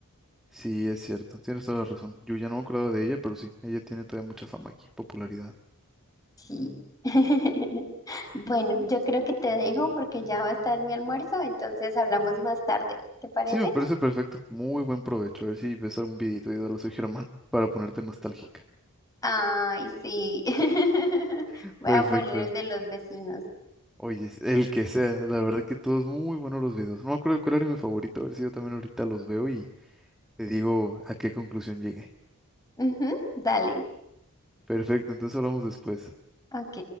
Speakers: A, in the centre; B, on the left (about 15°).
A: Sí, es cierto, tienes toda la razón. Yo ya no me acuerdo de ella, pero sí, ella tiene todavía mucha fama aquí, popularidad.
B: Sí. <laughs> Bueno, yo creo que te dejo porque ya va a estar mi almuerzo, entonces hablamos más tarde. ¿Te parece?
A: Sí, me parece perfecto. Muy buen provecho. A ver si ves algún videito de Hola, soy Germán <laughs> para ponerte nostálgica.
B: Ay, sí. <laughs>
A: <laughs>
B: Voy
A: Perfecto.
B: a poner el de los vecinos.
A: Oye, el que sea, la verdad que todos muy buenos los videos. No me acuerdo cuál era mi favorito, a ver si yo también ahorita los veo y te digo a qué conclusión llegué.
B: Ujú, dale.
A: Perfecto, entonces hablamos después.
B: Ok.